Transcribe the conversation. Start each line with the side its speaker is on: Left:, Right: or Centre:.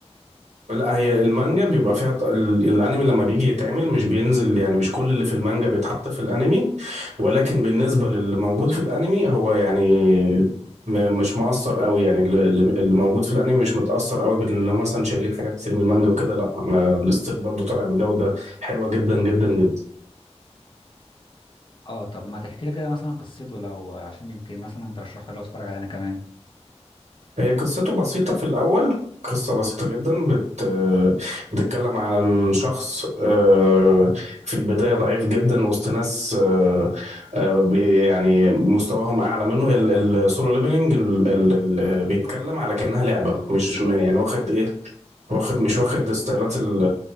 Right: لا هي المانجا بيبقى فيها ط- ال- الانمي لما بيجي يتعمل مش بينزل يعني مش كل اللي في المانجا بيتحط في الانمي ولكن بالنسبة للي موجود في الانمي هو يعني م- مش مؤثر قوي يعني اللي اللي- اللي موجود في الانمي مش متأثر قوي بان هم مثلا شايلين حاجات كتير من المانجا وكده لا ما- الستيل برضه طالع بجودة حلوة جدا جدا جدا
Left: اه طب ما تحكي لي كده مثلا قصته لو عشان يمكن مثلا ترشحه لي اتفرج عليه انا كمان
Right: هي قصته بسيطة في الأول قصة بسيطة جدا بت... بتتكلم عن شخص آه، في البداية ضعيف جدا وسط ناس آه، آه، بي- يعني مستواهم أعلى منه هي السولو ليفلنج بيتكلم على كأنها لعبة مش يعني واخد إيه واخد مش واخد ستايلات ال